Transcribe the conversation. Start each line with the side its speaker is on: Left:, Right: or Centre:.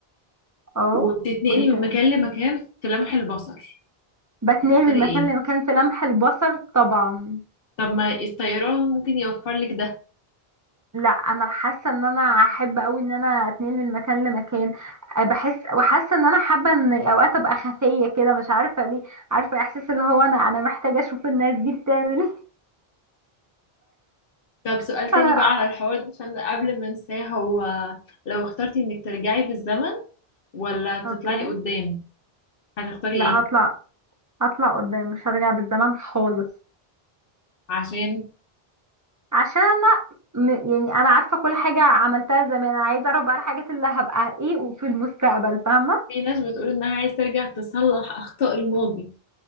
Right: اه
Left: وبتتنقلي
Right: وايه تاني
Left: من مكان لمكان في لمح البصر
Right: بتنقل
Left: هتختاري
Right: من مكان
Left: ايه
Right: لمكان في لمح البصر طبعا
Left: طب ما الطيران ممكن يوفر لك ده
Right: لا انا حاسه ان انا احب قوي ان انا اتنقل من مكان لمكان أه، بحس وحاسه ان انا حابه ان اوقات ابقى خفيه كده مش عارفه ليه عارفه احساس اللي هو انا انا محتاجه اشوف الناس دي بتعمل ايه
Left: طب سؤال
Right: <laughs>
Left: تاني
Right: انا
Left: بقى على الحوار ده عشان قبل ما انساه هو لو اخترتي انك ترجعي بالزمن ولا تطلعي
Right: اوكي
Left: قدام هتختاري
Right: لا
Left: ايه
Right: هطلع هطلع قدام مش هرجع بالزمن خالص
Left: عشان
Right: عشان انا م- يعني انا عارفه كل حاجه عملتها زمان انا عايزه اعرف بقى الحاجات اللي هبقى ايه في المستقبل فاهمه
Left: في ناس بتقول انها عايز ترجع تصلح اخطاء الماضي